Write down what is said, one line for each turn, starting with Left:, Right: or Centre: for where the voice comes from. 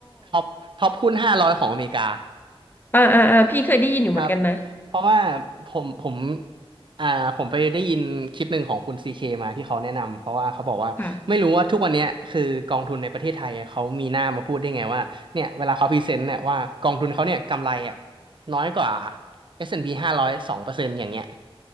Right: ท็อปท็อปหุ้นห้าร้อยของอเมริกา
Left: อ่าอ่าอ่าพี่เคยได้ยินอยู่เหมือนกันนะ
Right: ครับ เพราะว่าผมผมอ่าผมไปได้ยินคลิปหนึ่งของคุณซีเคมาที่เขาแนะนำ เพราะว่าเขาบอกว่าไม่รู้ว่าทุกวันเนี้ยคือกองทุนในประเทศไทยเขามีหน้ามาพูดได้ไงว่าเนี่ยเวลาเขาพรีเซนต์เนี่ยว่ากองทุนเขาเนี่ยกำไรอ่ะ
Left: ค่ะ
Right: น้อยกว่า S&P 500 2%อนด์พีห้าร้อยสองเปอร์เซ็นต์อย่างเงี้ย